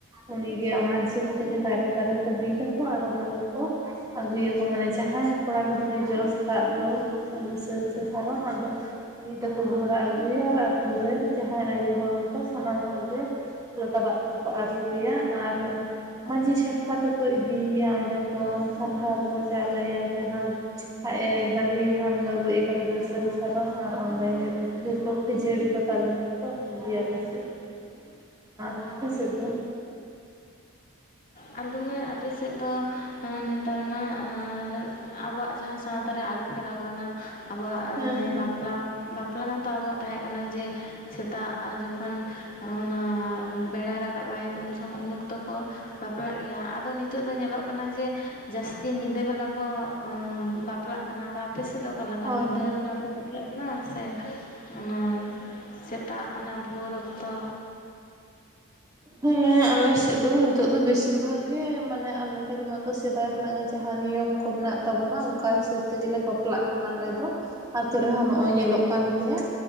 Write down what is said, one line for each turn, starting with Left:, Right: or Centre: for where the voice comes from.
Right: ᱩᱱᱤᱜᱮ ᱚᱱᱟ ᱦᱤᱥᱟᱹᱵᱽ ᱛᱮᱜᱮ ᱫᱟᱨ ᱠᱚ ᱵᱤᱫ ᱟᱠᱚ ᱟᱨ ᱚᱱᱟ ᱜᱮᱠᱚ ᱟᱹᱜᱩᱭᱟᱠᱚ ᱢᱟᱱᱮ ᱡᱟᱦᱟᱸᱭ ᱠᱚᱲᱟ ᱜᱤᱫᱽᱨᱟᱹᱭ ᱡᱚᱥ ᱠᱟᱜ ᱫᱚ ᱥᱟᱹᱞ ᱥᱮ ᱥᱟᱨᱚᱢ ᱟᱫᱚ ᱩᱱᱤ ᱫᱚᱠᱚ ᱜᱷᱚᱲᱟ ᱟᱹᱜᱩᱭᱟ ᱟᱨ ᱟᱹᱛᱩ ᱨᱮᱱ ᱡᱟᱦᱟᱸᱭ ᱟᱭᱚ ᱦᱚᱲ ᱠᱚ ᱥᱟᱱᱟᱢ ᱦᱚᱲᱜᱮ ᱞᱚᱴᱟ ᱫᱟᱜ ᱛᱮᱠᱚ ᱟᱹᱨᱩᱵᱮᱭᱟ ᱟᱨ ᱢᱹᱡᱷᱤ ᱪᱷᱟᱴᱠᱟ ᱛᱮᱠᱚ ᱤᱫᱤᱭᱮᱭᱟ ᱚᱸᱰᱮ ᱠᱚ ᱥᱟᱨᱦᱟᱣ ᱠᱚ ᱪᱟᱣᱞᱮᱭᱟ ᱡᱟᱦᱟᱸ ᱟᱡ ᱮ ᱫᱟᱲᱮ ᱠᱷᱟᱱ ᱫᱚ ᱜᱚᱡ ᱠᱟᱛᱮ ᱫᱟ ᱥᱟᱞ ᱥᱟᱨᱚᱢ ᱟᱨ ᱚᱸᱰᱮ ᱜᱮ ᱯᱤᱴᱷᱟᱹ ᱠᱚ ᱠᱷᱹᱡᱟᱹᱲᱤ ᱠᱚ ᱛᱟᱵᱮᱱ ᱠᱚᱠᱚ ᱤᱫᱤ ᱜᱮᱭᱟ ᱟᱞᱮ ᱥᱮᱫ ᱫᱚ, ᱟᱨ ᱟᱯᱮ ᱥᱮᱫ ᱫᱚ?
Left: ᱟᱫᱚ ᱢᱟ ᱟᱯᱮᱥᱮᱫ ᱫᱚ ᱱᱮᱛᱟᱨ ᱢᱟ ᱟᱵᱚᱣᱟᱜ ᱡᱟᱦᱟᱸ ᱥᱟᱶᱛᱟ ᱨᱮ ᱟᱹᱨᱩ ᱯᱷᱮᱨᱟᱣ ᱠᱟᱱᱟ, ᱟᱵᱚᱣᱟᱜ
Right: ᱦᱮᱸ
Left: ᱢᱟᱱᱮ
Right: ᱦᱮᱸ
Left: ᱵᱟᱯᱞᱟ ᱵᱟᱯᱞᱟ ᱢᱟᱛᱚ ᱟᱵᱚᱣᱟᱜ ᱛᱟᱦᱮᱸ ᱠᱟᱱᱟ ᱡᱮ ᱥᱮᱛᱟᱜ ᱡᱚᱠᱷᱚ ᱛᱚ ᱚᱱᱟ ᱵᱮᱲᱟᱭ ᱨᱟᱠᱟᱵᱟᱭ ᱩᱱ ᱩᱱ ᱚᱠᱛᱚ ᱠᱚ <unintelligible> ᱜᱮᱭᱟ ᱟᱫᱚ ᱱᱤᱛᱚᱜ ᱫᱚ ᱧᱮᱞᱚᱜ ᱠᱟᱱᱟ ᱡᱮ ᱡᱟᱹᱥᱛᱤ ᱧᱤᱫᱟᱹ ᱵᱮᱞᱟ ᱠᱚ ᱚᱸ ᱵᱟᱯᱞᱟᱜ ᱚᱱᱟ ᱫᱚ ᱟᱯᱮ‌ ᱥᱮᱫ ᱫᱚ ᱚᱠᱟ ᱞᱮᱠᱟ
Right: ᱦᱳᱭ
Left: ᱧᱤᱫᱟᱹ ᱵᱮᱞᱟ ᱵᱟᱯᱞᱟᱜ ᱠᱟᱱᱟ ᱥᱮ ᱚᱱᱟ ᱥᱮᱛᱟᱜ ᱚᱱᱟ ᱵᱷᱳᱨ ᱚᱠᱛᱚ
Right: ᱦᱮᱸ, ᱟᱞᱮ ᱥᱮᱫ ᱫᱚ ᱱᱤᱛᱚᱜ ᱫᱚ ᱵᱮᱥᱤᱨ ᱵᱷᱟᱜᱽ ᱜᱮ ᱢᱟᱱᱮ ᱟᱞᱮ ᱟᱞᱮ ᱠᱷᱚᱱᱟᱜ ᱫᱚ ᱥᱮᱫᱟᱭ ᱠᱷᱚᱱᱟᱜ ᱜᱮ ᱡᱟᱦᱟᱸ ᱱᱤᱭᱚᱢ ᱠᱚ ᱢᱮᱱᱟᱜ ᱛᱟᱵᱚᱱᱟ ᱚᱱᱠᱟ ᱦᱤᱥᱟᱹᱵᱽ ᱛᱮᱜᱮ ᱵᱟᱯᱞᱟᱜ ᱠᱟᱱᱟ ᱟᱞᱮ ᱫᱚ᱾ ᱟᱹᱛᱩ ᱨᱮᱦᱚᱸ ᱱᱚᱜᱼᱚᱭ ᱧᱮᱞᱚᱜ ᱠᱟᱱ ᱜᱮᱭᱟ᱾